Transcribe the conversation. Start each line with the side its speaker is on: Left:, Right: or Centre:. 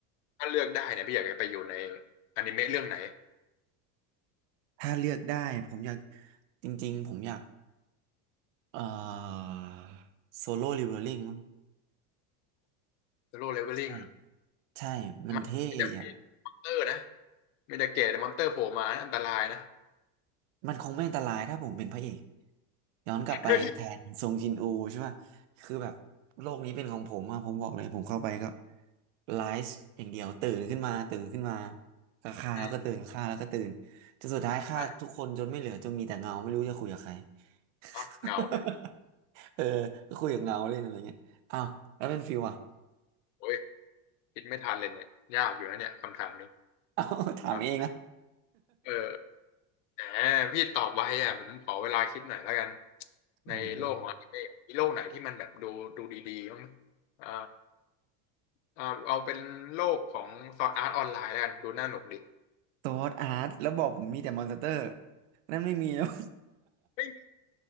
Left: ถ้าเลือกได้เนี่ยพี่อยากจะไปอยู่ในอนิเมะเรื่องไหน
Right: ถ้าเลือกได้ผมอยากจริงๆผมอยากเอ่อโซโล่ l ิเวอริ่งมั้ง
Left: Solo Leveling
Right: ใช่ใช่มันเท่ดีอะ
Left: มันไม่ได้มีมอนเตอร์นะมีแต่เกรดมอนเตอร์โผล่มานะอันตรายนะ
Right: มันคงไม่อันตรายถ้าผมเป็นพระเอกย้อนกลับไปแทนซงจินอูใช่ป่ะคือแบบโลกนี้เป็นของผมอะผมบอกเลยผมเข้าไปก็
Left: เฮ้ย
Right: ไลฟ์อย่างเดียวตื่นขึ้นมาตื่นขึ้นมาก็ฆ่าแล้วก็ตื่นฆ่าแล้วก็ตื่น
Left: อืม
Right: จนสุดท้ายฆ่าทุกคนจนไม่เหลือจนมีแต่เงาไม่รู้จะคุยกับใคร
Left: อ่ะก็เหงาเลยดู
Right: <laughs> เออก็คุยกับเงาเล่นอะไรเงี้ยอ้าวแล้วเป็นฟิวอะ
Left: โอ้ยคิดไม่ทันเลยเนี่ยยากอยู่นะเนี่ยคำถามนี้
Right: อ้าวถามเองนะ
Left: ผมว่าเออแหมพี่ตอบไวอ่ะผมขอเวลาคิดหน่อยแล้วกัน
Right: <laughs> อืม
Left: ในโลกของอนิเมะมีโลกไหนที่มันแบบดูดูดีๆบ้างไหมอ่า เอาเอาเป็นโลกของซอร์ดอาร์ตออนไลน์แล้วกันดูน่าหนุกดิ
Right: ซอสอาร์ตแล้วบอกผมมีแต่มอนสเตอร์นั่นไม่มีแล้ว
Left: ไม่มี